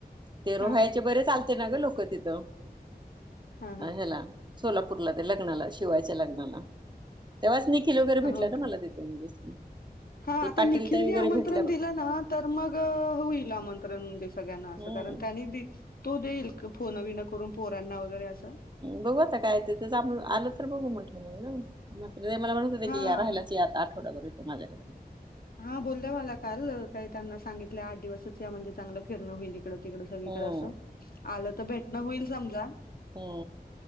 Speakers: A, on the right; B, on the left.
A: ते रोहायचे
B: हा हा
A: बरेच आलते ना ग लोक तिथं
B: हा
A: आन ह्याला. सोलापूरला ते लग्नाला, शिवायच्या लग्नाला. तेव्हाच निखिल वगैरे भेटला
B: हो का
A: ना मला ति म्हणज असं.
B: हा
A: ते
B: आता
A: पाटील
B: निखिलनी
A: ताई वगैरे
B: आमंत्रण
A: भेटल्या
B: दिलं
A: बघ
B: ना! तर मग होईल आमंत्रण म्हणजे सगळ्यांना असं
A: हम्म
B: कारण त्यांनी दि तो देईल का फोनां बीना करून पोरांना वगैरे असं.
A: बघू आता काय ते त्याच आप आलं तर बघू म्हटलं मंग जाऊ. म्हात्रे मला म्हणत होत्या
B: हां,
A: की या राहयलाच यां आता आठवडाभर ईत माझ्याकड.
B: हा बोलल्या माला काल काही त्यांना सांगितल आठ दिवसच या म्हणजे चांगलं फिरणं होईल इकडं तिकड सगळीकडं
A: हम्म
B: असं आलं त भेटणं होईल समजा.
A: हु